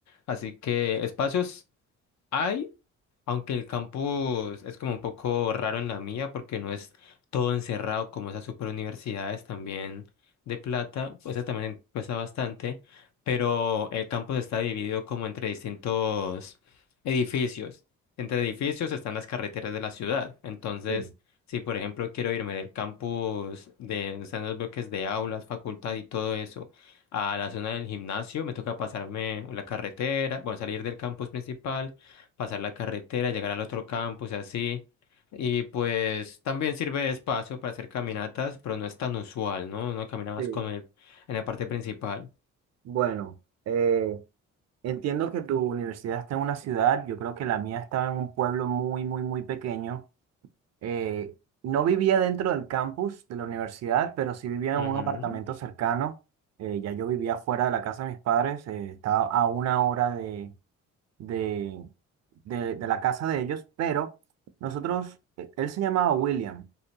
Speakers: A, on the left; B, on the right.
A: Así que espacios hay. Aunque el campus es como un poco raro en la mía porque no es todo encerrado como esas super universidades también de plata, pues eso también cuesta bastante, pero el campus está dividido como entre distintos edificios. Entre edificios están las carreteras de la ciudad. Entonces,
B: Sí,
A: si por ejemplo quiero irme del campus de donde están los bloques de aulas, facultad y todo eso, a la zona del gimnasio, me toca pasarme la carretera, bueno, salir del campus principal pasar la carretera, llegar al otro campus y así. Y pues también sirve de espacio para hacer caminatas, pero no es tan usual, ¿no? Uno camina más
B: sí.
A: con el, en la parte principal.
B: Bueno, eh, entiendo que tu universidad está en una ciudad, yo creo que la mía estaba en un pueblo muy, muy, muy pequeño. eh, no vivía dentro del campus de la universidad, pero sí vivía
A: Ujú,
B: en un apartamento cercano. Eh, ya yo vivía fuera de la casa de mis padres, eh, estaba a una hora de, de, de- de la casa de ellos, pero nosotros, eh, él se llamaba William.